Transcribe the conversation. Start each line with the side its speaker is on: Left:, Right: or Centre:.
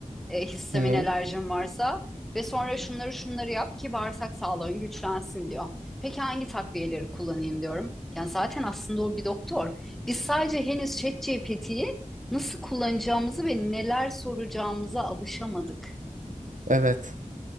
Centre: E, histamin
Right: Hı hı.
Centre: alerjin varsa ve sonra şunları şunları yap ki bağırsak sağlığın güçlensin diyor. Peki hangi takviyeleri kullanayım diyorum. Yani zaten aslında o bir doktor. Biz sadece henüz ChatGPT'yi nasıl kullanacağımızı ve neler soracağımıza alışamadık.
Right: Evet.